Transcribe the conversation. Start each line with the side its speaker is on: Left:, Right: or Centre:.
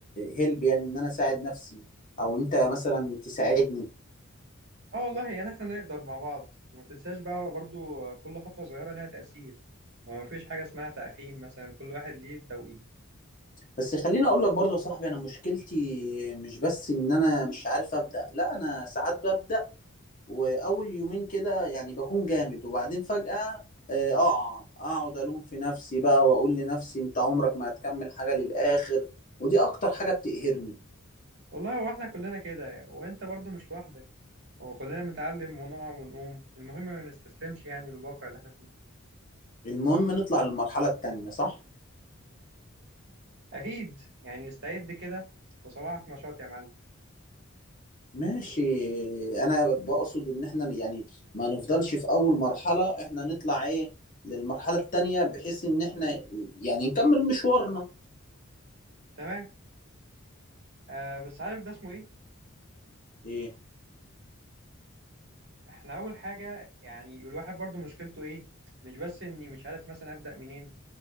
Left: هيلب يعني ان انا اساعد نفسي او انت مثلا تساعدني
Right: اه والله يعني احنا نقدر مع بعض وما تنساش بقى برضو كل خطوة صغيرة لها تأثير وما فيش حاجة اسمها تأخير مثلا كل واحد ليه توقيته
Left: بس خليني اقول لك برضه يا صاحبي انا مشكلتي مش بس ان انا مش عارف ابدأ لا انا ساعات ببدأ واول يومين كده يعني بكون جامد وبعدين فجأة آه، اقع اقعد الوم في نفسي بقى واقول لنفسي انت عمرك ما هتكمل حاجة للآخر ودي اكتر حاجة بتقهرني
Right: والله هو احنا كلنا كده وانت برضو مش لوحدك هو كلنا بنتعلم ونقع ونقوم المهم ما نستسلمش يعني للواقع اللي احنا فيه
Left: المهم نطلع للمرحلة التانية صح
Right: أكيد يعني استعد كده وصباحك نشاط يا معلم
Left: ماشي انا بقصد ان احنا يعني ما نفضلش في اول مرحلة احنا نطلع ايه للمرحلة التانية بحيث ان احنا يعني نكمل مشوارنا
Right: تمام آه بس عارف ده اسمه ايه
Left: ايه
Right: احنا أول حاجة يعني الواحد برضو مشكلته ايه مش بس اني مش عارف مثلا أبدأ منين